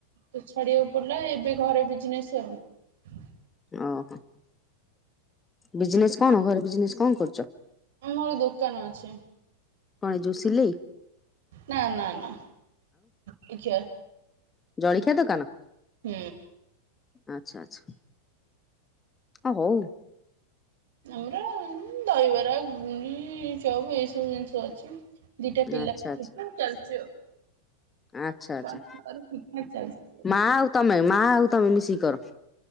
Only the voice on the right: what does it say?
ତ ଛାଡିବାକୁ ପଡିଲା ଏବେ ଘରେ ବିଜନେସ୍ ଆଉ
ଆମର ଦୋକାନ ଅଛି।
ନା ନା ନା କିଛି
ହୁଁ।
ଆମର ଦହିବରା ଘୁଗୁନି ଚପ ଏଇ ସବୁ ଜିନିଷ ଅଛି। ଦିଟା ପିଲା
ଆଉ ଚାଲିଛି ଆଉ
ତାର
ଠିକ୍ ଠାକ୍ ଚାଲିଛି।